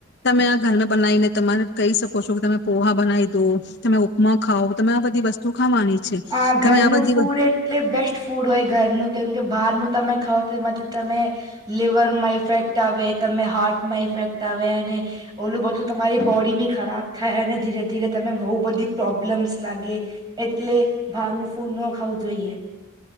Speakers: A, on the left; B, on the right.
A: તમે આ ઘરમાં બનાવીને તમારે કહી શકો છો કે તમે પોહા બનાવી દો તમે ઉપમા ખાવો તમે આ બધી વસ્તુ ખાવાની છે
B: આ ઘરનું
A: તમે બધી
B: ફૂડ એટલે બેસ્ટ ફૂડ હોય ઘરનું કેમ કે બહારનું તમે ખાવ તો એમાંથી તમે લિવર માં ઇફેક્ટ આવે તમે હાર્ટ માં ઇફેક્ટ આવે અને ઓલું બધું તમારી બોડી બી ખરાબ થાય અને ધીરે ધીરે તમે બઉ બધી પ્રોબ્લેમ્સ લાગે એટલે ભારનું ફૂડ ન ખાવું જોઈએ.